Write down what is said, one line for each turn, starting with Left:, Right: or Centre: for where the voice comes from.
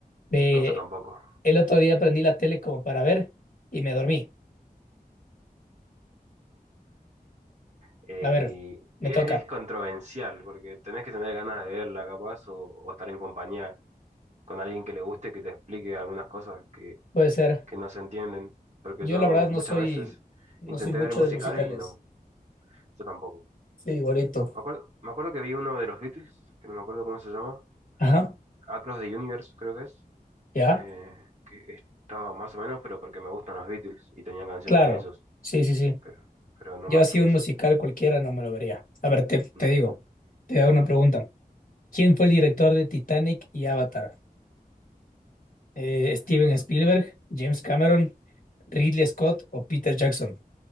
Left: Eh,
Right: Mucho tampoco.
Left: el otro día prendí la tele como para ver y me dormí.
Right: Eh,
Left: A ver, me
Right: y
Left: toca.
Right: es, es controversial porque tenés que tener ganas de verla, capaz, o, o estar en compañía con alguien que le guste, que te explique algunas cosas que,
Left: Puede ser.
Right: que no se entienden. Porque
Left: Yo
Right: yo
Left: la verdad
Right: muchas
Left: no soy,
Right: veces
Left: no
Right: intenté
Left: soy mucho
Right: ver musicales
Left: de musicales.
Right: y no, yo tampoco.
Left: Sí, igualito.
Right: Me acuerdo, me acuerdo que vi uno de los Beatles, que no me acuerdo cómo se llama,
Left: Ajá,
Right: Across the Universe creo que es,
Left: ya,
Right: eh, que estaba más o menos, pero porque me gustan los Beatles y tenían canciones
Left: claro.
Right: de ellos,
Left: Sí, sí, sí.
Right: pero, pero no
Left: Yo
Right: más
Left: así
Right: que
Left: un
Right: eso.
Left: musical cualquiera no me lo vería. A ver, te, te
Right: Mm,
Left: digo, te
Right: Dale.
Left: hago una pregunta. ¿Quién fue el director de Titanic y Avatar? Eh, ¿Steven
Right: Eh,
Left: Spielberg, James Cameron, Ridley Scott o Peter Jackson?